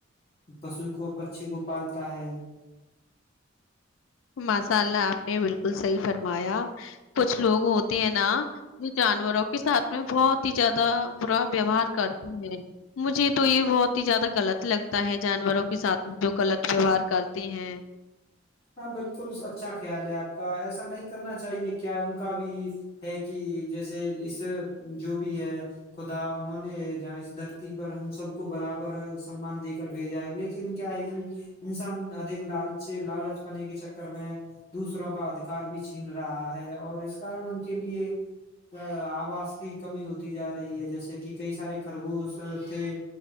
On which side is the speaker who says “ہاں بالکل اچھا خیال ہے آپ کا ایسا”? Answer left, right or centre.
Left